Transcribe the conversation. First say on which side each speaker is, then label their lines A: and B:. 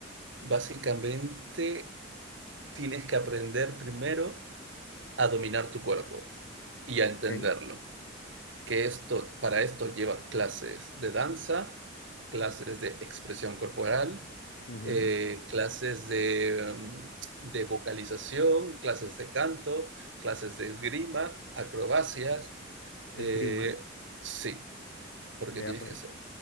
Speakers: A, on the right; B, on the left.
A: básicamente tienes que aprender primero a dominar tu cuerpo y a
B: Ok.
A: entenderlo. Que esto, para esto llevas clases de danza, clases de expresión corporal,
B: ujú,
A: eh, clases de, mm, de vocalización, clases de canto, clases de esgrima, acrobacias. eh,
B: Esgrima.
A: sí, porque
B: Vea
A: tienes
B: pues.
A: que hacer